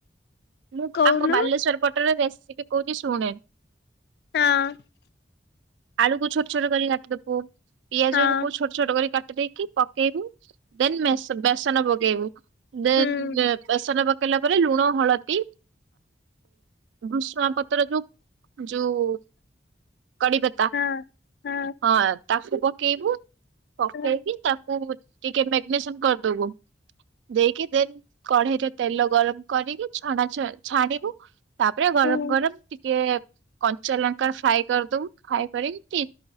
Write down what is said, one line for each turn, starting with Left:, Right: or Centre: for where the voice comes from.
Right: ମୁଁ
Left: କହୁନୁ
Right: ଆମ ବାଲେଶ୍ଵର ପ ଟର ରେସିପି କହୁଚି ଶୁଣେ।
Left: ହଁ।
Right: ଆଳୁକୁ ଛୋଟ ଛୋଟ କରି କାଟିଦବୁ। ପିଆଜକୁ
Left: ହଁ।
Right: ଛୋଟ ଛୋଟ କରି କାଟି ଦେଇକି ପକେଇବୁ ଦେନ୍ ମେସ ବେସନ ପକେଇବୁ ଦେନ୍
Left: ହୁଁ
Right: ବେସନ ପକେଇଲା ପରେ ଲୁଣ ହଳଦୀ ଭୃଷୁଙ୍ଗ ପତ୍ର ଯୋଉ ଯୋଉ କଡି ପତା
Left: ହଁ ହଁ
Right: ହଁ ତାକୁ ପକେଇବୁ ପକେଇକି
Left: ହଁ
Right: ତାକୁ ଟିକେ ମେଗ୍ନେସିୟମ୍ କରିଦବୁ ଦେଇକି ଦେନ୍ କଢେଇରେ ତେଲ ଗରମ କରିକି ଛଣା ଛ ଛାଣିବୁ ତାପରେ ଗରମ
Left: ହୁଁ।
Right: ଗରମ ଟିକେ କଞ୍ଚା ଲଙ୍କା ଫ୍ରାଏ କରିଦବୁ ଖାଇପାରିକି କି